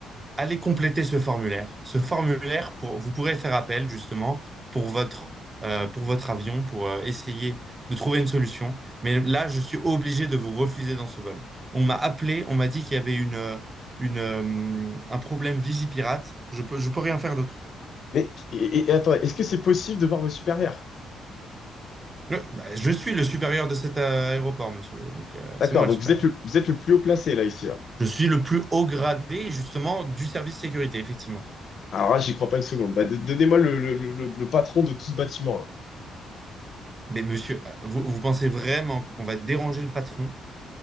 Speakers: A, on the right; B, on the left.
A: allez compléter ce formulaire. Ce formulaire, pour, vous pourrez faire appel justement pour votre, euh, pour votre avion, pour euh, essayer de trouver une solution. Mais là, je suis obligé de vous refuser dans ce vol. On m'a appelé, on m'a dit qu'il y avait une, euh, une, euh, un problème Vigipirate. Je peux, je peux rien faire d'autre.
B: Mais, et, et et attends, est-ce que c'est possible de voir vos supérieurs?
A: Je, bah, je suis le supérieur de cet euh, aéroport, monsieur. Donc, euh,
B: D'accord,
A: c'est moi
B: donc
A: le supérieur.
B: vous êtes le, vous êtes le plus haut placé, là, ici, là.
A: Je suis le plus haut gradé, justement, du service sécurité, effectivement.
B: Alors là, j'y crois pas une seconde. Bah, de- donnez-moi le, le, le, le- le patron de tout ce bâtiment, là.
A: Mais monsieur, euh, vous, vous pensez vraiment qu'on va déranger le patron